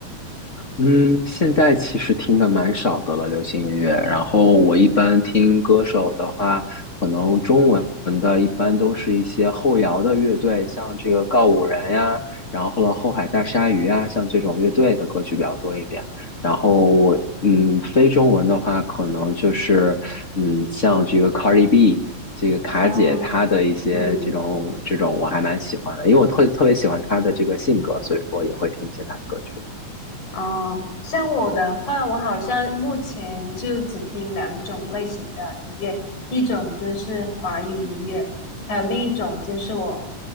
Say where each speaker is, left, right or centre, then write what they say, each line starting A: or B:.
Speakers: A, on the left; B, on the left.
A: 嗯，现在其实听的蛮少的了，流行音乐。然后我一般听歌手的话，可能中文的一般都是一些后摇的乐队，像这个告五人呀，然后了后海大鲨鱼呀，像这种乐队的歌曲比较多一点。然后我嗯，非中文的话，可能就是嗯，像这个 Cardi B。这个卡姐她的一些这种这种我还蛮喜欢的，
B: 哦，嗯。
A: 因为我特特别喜欢她的这个性格，所以说也会听一些她的歌曲。
B: 哦，像我的话，我好像目前就只听两种类型的音乐，一种就是华语音乐，还有另一种就是我